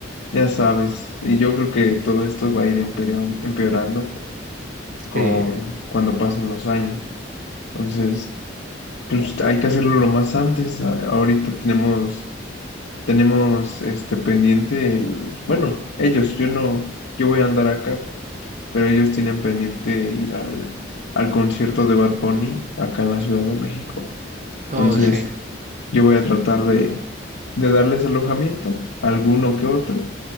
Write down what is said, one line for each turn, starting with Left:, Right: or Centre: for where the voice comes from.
Left: Ya sabes, y yo creo que todo esto va a ir empeoran- empeorando con
Right: Sí.
Left: cuando pasen los años. Entonces, pues hay que hacerlo lo más antes. A- Ahorita tenemos, tenemos este pendiente el, bueno, ellos, yo no, yo voy a andar acá, pero ellos tienen pendiente ir al, al concierto de Bad Bunny acá en la Ciudad de México.
Right: Oh,
Left: Entonces,
Right: sí.
Left: yo voy a tratar de, de darles alojamiento, alguno que otro
Right: Ujú.